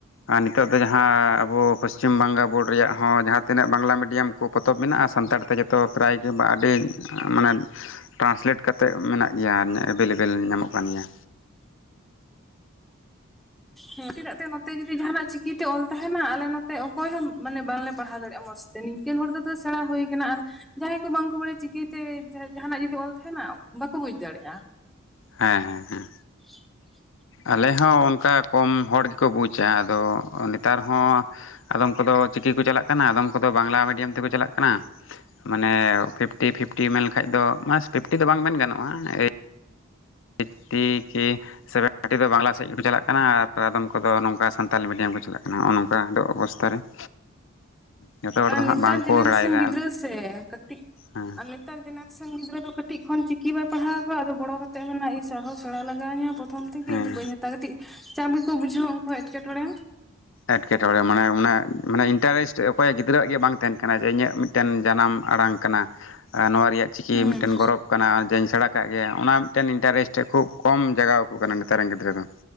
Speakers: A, on the left; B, in the centre.
A: ᱟᱨ ᱱᱤᱛᱳᱜ ᱫᱚ ᱡᱟᱦᱟᱸ ᱟᱵᱚ ᱯᱚᱥᱪᱤᱢ ᱵᱟᱝᱞᱟ ᱵᱳᱨᱰ ᱨᱮᱭᱟᱜ ᱦᱚᱸ ᱡᱟᱦᱟᱸ ᱛᱤᱱᱟᱹᱜ ᱵᱟᱝᱞᱟ ᱢᱤᱰᱤᱭᱟᱢ ᱠᱚ ᱯᱚᱛᱚᱵ ᱢᱮᱱᱟᱜᱼᱟ ᱥᱟᱱᱛᱟᱲᱛᱮ ᱡᱚᱛᱚ ᱯᱨᱟᱭ ᱜᱮ ᱟᱹᱰᱤ ᱢᱟᱱᱮ ᱴᱨᱟᱱᱥᱞᱮᱴ ᱠᱟᱛᱮᱫ ᱢᱮᱱᱟᱜ ᱜᱮᱭᱟ, ᱮᱵᱮᱞᱮᱵᱮᱞ ᱧᱟᱢᱚᱜ ᱠᱟᱱ ᱜᱮᱭᱟ᱾
B: ᱦᱮᱸ ᱪᱮᱫᱟᱜ ᱛᱮ ᱱᱚᱛᱮ ᱡᱩᱫᱤ ᱡᱟᱸᱦᱟᱱᱟᱜ ᱪᱤᱠᱤ ᱛᱮ ᱚᱞ ᱛᱟᱦᱮᱱᱟ ᱟᱞᱮ ᱱᱚᱛᱮ ᱚᱠᱚᱭ ᱦᱚᱸ ᱢᱟᱱᱮ ᱵᱟᱝᱞᱮ ᱯᱟᱲᱦᱟᱣ ᱫᱟᱲᱮᱭᱟᱜᱼᱟ ᱢᱚᱸᱡᱽ ᱛᱮ᱾ ᱱᱤᱝᱠᱟᱹᱱ ᱦᱚᱲ ᱫᱚᱛᱚ ᱥᱮᱬᱟ ᱦᱩᱭ ᱠᱟᱱᱟ ᱟᱨ ᱡᱟᱦᱟᱸᱭ ᱠᱚ ᱵᱟᱝᱠᱚ ᱵᱟᱲᱟᱭᱟ ᱪᱤᱠᱤᱛᱮ ᱡᱟᱸᱦᱟᱱᱟᱜ ᱡᱩᱫᱤ ᱚᱞ ᱛᱟᱸᱦᱮᱱᱟ, ᱵᱟᱠᱚ ᱵᱩᱡ ᱫᱟᱲᱮᱭᱟᱜᱼᱟ᱾
A: ᱦᱮᱸ ᱦᱮᱸ ᱦᱮᱸ᱾
B: <inaudible>
A: ᱟᱞᱮ ᱦᱚᱸ ᱚᱱᱠᱟ ᱠᱚᱢ ᱦᱚᱲ ᱜᱮᱠᱚ ᱵᱩᱡᱟ ᱟᱫᱚ ᱱᱮᱛᱟᱨ ᱦᱚᱸ ᱟᱫᱚᱢ ᱠᱚᱫᱚ ᱪᱤᱠᱤ ᱠᱚ ᱪᱟᱞᱟᱜ ᱠᱟᱱᱟ, ᱟᱫᱚᱢ ᱠᱚᱫᱚ ᱵᱟᱝᱞᱟ ᱢᱤᱰᱤᱭᱟᱢ ᱛᱮᱠᱚ ᱪᱟᱞᱟᱜ ᱠᱟᱱᱟ᱾ ᱢᱟᱱᱮ ᱯᱷᱤᱯᱴᱤ ᱯᱷᱤᱯᱴᱤ ᱢᱮᱱ ᱞᱮᱠᱷᱟᱡ ᱫᱚ ᱢᱟᱥᱴ ᱯᱷᱤᱯᱴᱤ ᱫᱚ ᱵᱟᱝ ᱢᱮᱱ ᱜᱟᱱᱚᱜᱼᱟ᱾ ᱮᱻ ᱮᱭᱤᱴᱴᱤ ᱠᱤ ᱥᱮᱵᱷᱮᱱᱴᱤ ᱫᱚ ᱵᱟᱝᱞᱟ ᱥᱮᱫ ᱜᱮᱠᱚ ᱪᱟᱞᱟᱜ ᱠᱟᱱᱟ ᱟᱨ ᱟᱫᱚᱢ ᱠᱚᱫᱚ ᱱᱚᱝᱠᱟ ᱥᱟᱱᱛᱟᱞᱤ ᱢᱤᱰᱤᱭᱟᱢ ᱠᱚ ᱪᱟᱞᱟᱜ ᱠᱟᱱᱟ ᱦᱚᱸᱜᱼᱚ ᱱᱚᱝᱠᱟ ᱫᱚ ᱚᱵᱚᱥᱛᱟ ᱨᱮ᱾ <inaudible> ᱡᱚᱛᱚ ᱦᱚᱲ
B: ᱟᱨ
A: ᱫᱚ ᱦᱟᱸᱜ
B: ᱱᱮᱛᱟᱨ
A: ᱵᱟᱝᱠᱚ
B: ᱡᱮᱱᱟᱨᱮᱥᱮᱱ
A: ᱵᱟᱲᱟᱭᱮᱫᱟ
B: ᱜᱤᱫᱽᱨᱟᱹ ᱥᱮ ᱠᱟᱹᱴᱤᱡ
A: ᱦᱮᱸ
B: ᱟᱞᱮ ᱱᱮᱛᱟᱨ ᱡᱮᱱᱟᱨᱮᱥᱮᱱ ᱜᱤᱫᱽᱨᱟᱹ ᱫᱚ ᱠᱟᱹᱴᱤᱡ ᱠᱷᱚᱱ ᱪᱤᱠᱤ ᱵᱟᱭ ᱯᱟᱲᱦᱟᱣ ᱠᱚᱣᱟ, ᱟᱫᱚ ᱵᱚᱲᱚ ᱠᱟᱛᱮ ᱢᱮᱱᱟ ᱤᱥ ᱟᱨᱦᱚᱸ ᱥᱮᱬᱟ ᱞᱟᱜᱟᱣᱤᱧᱟᱹ ᱯᱚ ᱯᱨᱚᱛᱷᱚᱢ ᱛᱷᱮᱠᱮ
A: ᱦᱮᱸ
B: ᱤᱧᱫᱚ ᱵᱟᱹᱧ ᱦᱟᱛᱟᱣ-ᱟ ᱠᱟᱹᱴᱤᱡ ᱪᱟᱯ ᱜᱮᱠᱚ ᱵᱩᱡᱷᱟᱹᱣᱟ ᱩᱝᱠᱩ ᱦᱚᱸ ᱮᱴᱠᱮᱴᱚᱬᱮ᱾
A: ᱮᱴᱠᱮᱴᱚᱬᱮ ᱢᱟᱱᱮ ᱚᱱᱮ ᱢᱟᱱᱮ ᱤᱱᱴᱟᱨᱮᱥᱴ ᱚᱠᱚᱭ ᱜᱤᱫᱽᱨᱟᱹᱣᱟᱜ ᱜᱮ ᱵᱟᱝ ᱛᱟᱦᱮᱱ ᱠᱟᱱᱟ ᱡᱮ ᱤᱧᱟᱹᱜ ᱢᱤᱫᱴᱮᱱ ᱡᱟᱱᱟᱢ ᱟᱲᱟᱝ ᱠᱟᱱᱟ ᱱᱚᱣᱟ ᱨᱮᱭᱟᱜ ᱪᱤᱠᱤ
B: ᱦᱩᱸ
A: ᱢᱤᱫᱴᱮᱱ ᱜᱚᱨᱚᱵᱽ ᱠᱟᱱᱟ ᱡᱮᱧ ᱥᱮᱬᱟ ᱠᱟᱜ ᱜᱮᱭᱟ ᱚᱱᱟ ᱢᱤᱫᱴᱮᱱ ᱤᱱᱴᱟᱨᱮᱥᱴ ᱠᱷᱩᱵ ᱠᱚᱢ ᱡᱟᱜᱟᱣ ᱟᱠᱚ ᱠᱟᱱᱟ ᱱᱮᱛᱟᱨ ᱨᱮᱱ ᱜᱤᱫᱽᱨᱟᱹ ᱫᱚ᱾